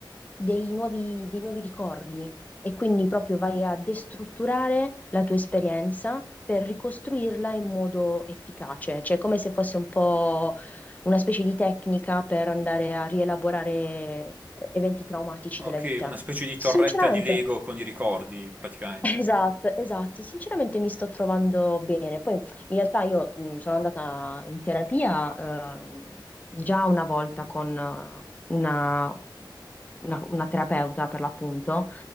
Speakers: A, on the left; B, on the right.
A: dei nuovi, dei nuovi ricordi e quindi proprio vai a destrutturare la tua esperienza per ricostruirla in modo efficace, cioè come se fosse un po' una specie di tecnica per andare a rielaborare eh, eventi traumatici
B: Okay,
A: della vita.
B: una specie di
A: Sinceramente.
B: torretta di Lego con i ricordi, praticamente.
A: Esatto, esatto. Sinceramente mi sto trovando bene. Poi in realtà io mh, sono andata in terapia ehm, già una volta con eh, una, una- una terapeuta per l'appunto,